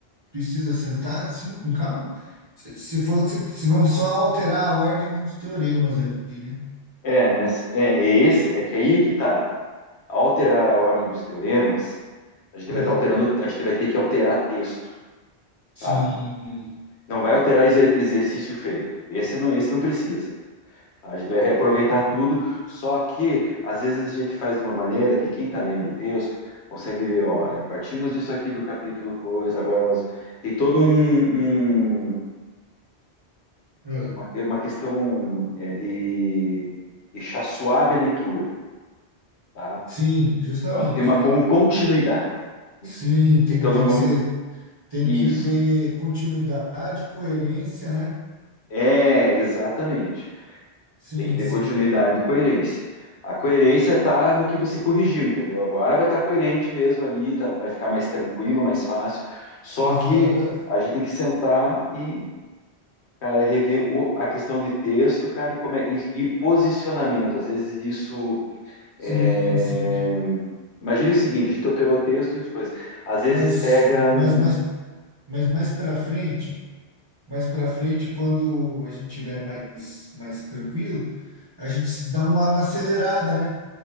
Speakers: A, on the right; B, on the left.
A: precisa sentar assim, com calma. Você você falou que vocês vão só alterar a ordem dos teoremas ali, né?
B: É, mas é, é esse, é que aí é que tá. Ao alterar a ordem dos teoremas, a gente
A: Ah,
B: vai estar alterando, a gente vai ter que alterar texto,
A: sim.
B: tá? Não vai alterar exer- exercício feito. Esse não, esse não precisa. tá? A gente vai reaproveitar tudo, só que às vezes a gente faz de uma maneira que quem está lendo o texto consegue ver, olha, partimos disso aqui do capítulo coisa, agora nós tem todo um, um-
A: Ah,
B: uma, uma questão é, de de deixar suave a leitura, tá?
A: sim, justamente,
B: Então, tem uma
A: né?
B: con- continuidade. Isso
A: Sim,
B: que-
A: tem,
B: Então,
A: tem
B: no momento.
A: que ser, tem
B: Isso.
A: que ter continuidade, coerência, né?
B: É, exatamente.
A: Sim,
B: Tem que ter
A: sim,
B: continuidade
A: cara.
B: e coerência. A coerência está no que você corrigiu, entendeu? Agora vai estar coerente mesmo ali, tá- vai ficar mais tranquilo, mais fácil. Só
A: Aham.
B: que a gente tem que sentar e, cara, rever o- a questão de texto, cara, e, como é- e- e o posicionamento. Às vezes isso.
A: Sim,
B: é,
A: sim.
B: Imagine o seguinte: a gente alterou o texto e as coisas. Às vezes
A: Mas,
B: pega
A: mas,
B: num
A: mas, mas mais para frente, mais para frente, quando a gente tiver mais, mais tranquilo, a gente se dá uma, uma acelerada, né?